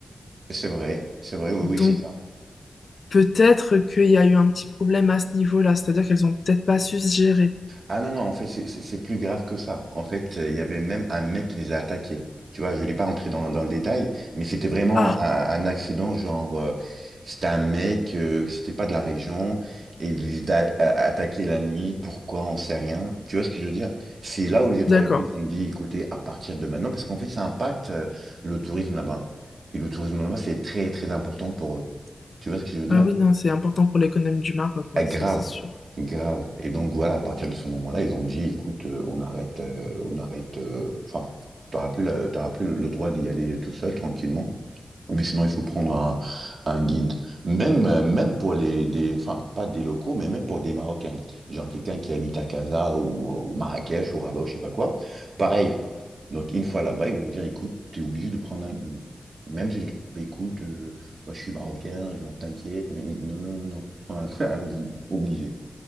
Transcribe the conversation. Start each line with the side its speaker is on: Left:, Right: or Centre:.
Right: C'est vrai, c'est vrai, oui,
Left: Donc
Right: oui, c'est ça.
Left: peut-être qu'il y a eu un petit problème à ce niveau-là, c'est-à-dire qu'elles ont peut-être pas su se gérer.
Right: Ah non, non, en fait, c'est c'est- c'est plus grave que ça. En fait, euh, il y avait même un mec qui les a attaqués. Tu vois, je ne vais pas rentrer dans, dans le détail, mais c'était vraiment
Left: Ah,
Right: un, un accident, genre, euh, c'était un mec, euh, c'était pas de la région, et il les a a- attaqués la nuit, pourquoi, on sait rien. Tu vois ce que je veux dire? C'est là où les autorités
Left: d'accord.
Right: ils ont dit, écoutez, à partir de maintenant, parce qu'en fait, ça impacte euh, le tourisme là-bas. Et le tourisme là-bas, c'est très, très important pour eux. Tu vois ce que je veux dire?
Left: Ah oui, non, c'est important pour l'économie du Maroc, quoi,
Right: Ah, grave,
Left: ça c'est sûr.
Right: grave. Et donc voilà, à partir de ce moment-là, ils ont dit, écoute, euh, on arrête, euh, on arrête. euh, enfin, t'auras plus la- t'auras plus le droit d'y aller tout seul, tranquillement. Mais sinon, il faut prendre un, un guide. Même, euh, même pour les, des, enfin, pas des locaux, mais même pour des Marocains. Genre quelqu'un qui habite à Casa ou, ou Marrakech ou Rabat, ou je sais pas quoi. Pareil. Donc, une fois là-bas, ils vont dire, écoute, tu es obligé de prendre un guide. Même si je dis, Bah, écoute, euh, moi je suis marocain, genre t'inquiète. Ils disent, non, non, non, non, un, <laughs> un guide, obligé.